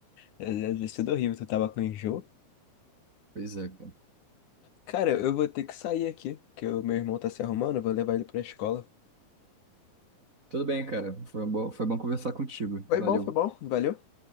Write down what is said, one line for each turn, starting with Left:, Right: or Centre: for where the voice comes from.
Left: É, Deve ter sido horrível, tu tava com enjoo.
Right: Pois é, cara.
Left: Cara, eu vou ter que sair aqui, que o meu irmão tá se arrumando, eu vou levar ele pra escola.
Right: Tudo bem, cara. Foi bom, foi bom conversar contigo.
Left: Foi
Right: Valeu.
Left: bom, foi bom, valeu.